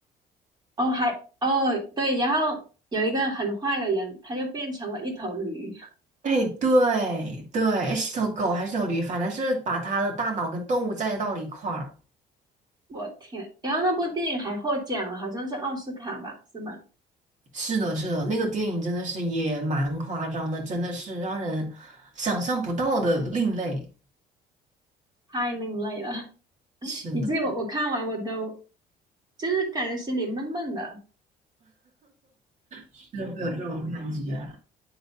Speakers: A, on the right (about 25°); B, on the right (about 45°).
A: 哦，还哦对，然后有一个很坏的人，他就变成了一头驴。
B: 哎，对对，哎是头狗还是头驴，反正是把它的大脑跟动物在到了一块儿。
A: 我天！然后那部电影还获奖了，好像是奥斯卡吧？是吗？
B: 是的，是的，那个电影真的是也蛮夸张的，真的是让人想象不到的另类。
A: 太另类了，<laughs>
B: 是的，
A: 以至于我我看完我都就是感觉心里闷闷的。
B: 是会有这种感觉。